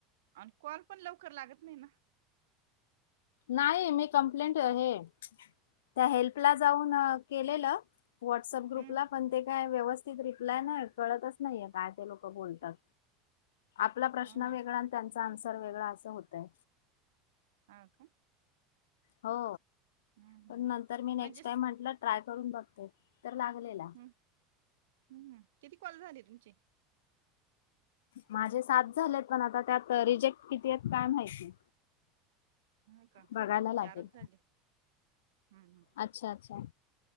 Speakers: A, on the right (about 80°); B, on the left (about 85°).
A: आणि कॉल पण लवकर लागत नाही ना?
B: नाही मी कमप्लेंट हे, <unintelligible> त्या हेल्प ला जाऊन केलेल, व्हाट्सअप ग्रुपला,
A: हम्म
B: पण ते काय व्यवस्थित रिप्लाय नाही, कळतच नाहीये, काय ते लोक बोलतात. आपला प्रश्न
A: हो ना
B: वेगळा न त्यांचा आन्सर वेगळा, असं होतय.
A: हा का?
B: हो,
A: हम्म
B: पण नंतर मी
A: म्हणजेच
B: नेक्स्ट टाइम म्हटलं, ट्राय करून बघते. तर लागलेला.
A: हम्म हम्म किती कॉल झाले तुमचे?
B: माझे सात झालेत. पण आता त्यात रिजेक्ट कितीयत काय माहिती.
A: हा का,
B: बघायला
A: माझे
B: लागेल
A: चारच झाले. हम्म हम्म
B: अच्छा अच्छा